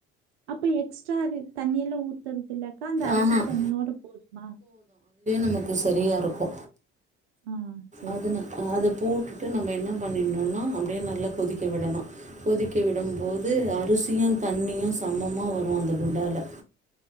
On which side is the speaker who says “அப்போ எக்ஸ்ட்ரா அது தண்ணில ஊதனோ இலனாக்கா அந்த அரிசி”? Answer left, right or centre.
Right